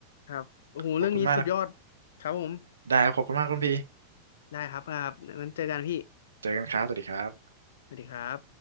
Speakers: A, on the left; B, on the right.
A: ครับโอ้โหเรื่องนี้สุดยอด
B: ขอบคุณมากนะ
A: ครับผม
B: ได้ครับขอบคุณมากคุณพี่
A: ได้ครับครับงั้นเจอกันพี่
B: เจอกันครับ สวัสดีครับ
A: สวัสดีครับ